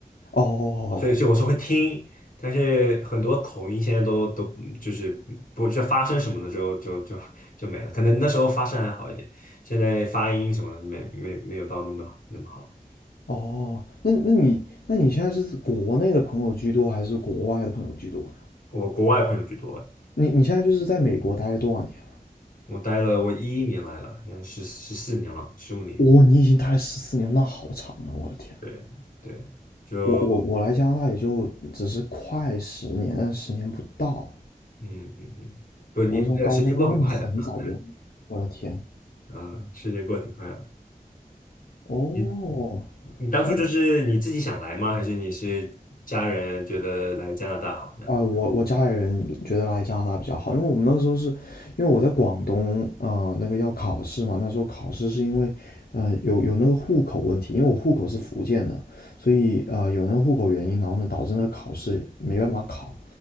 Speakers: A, on the left (about 80°); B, on the left (about 60°).
A: 哦
B: 啊所以所以我是会听，但是很多口音现在都都就是不就发声什么的就就就就没了，可能那时候发声还好一点，现在发音什么的没没没有到那么那么好。
A: 哦，哦那那你那你现在是国内的朋友居多，还是国外的朋友居多呢？
B: 我国外朋友居多，
A: 你你现在就是在美国待了多少年了？
B: 我待了我一一年来了，现在十十四年了，十五年。
A: 哦，你已经待了十四年，那好长啊！我的天呐，
B: 对对，就
A: 我我我来加拿大也就只是快十年，但十年不到。
B: 嗯嗯嗯，不，你那个时间过很快的，
A: 我是从高中，哇，那你很早就，
B: 啊
A: 我的天，
B: 啊，时间过挺快的。
A: 哦，
B: 你你当初就是你自己想来吗？
A: 那
B: 还是你是家人觉得来加拿大好这样？
A: 啊、我我家里人觉得来加拿大比较好，因为我们那个时候是，因为我在广东啊、呃那个要考试嘛，那时候考试是因为，呃，有有那个户口问题，因为我户口是福建的，所以啊、呃有那个户口原因，然后呢，导致那个考试没办法考，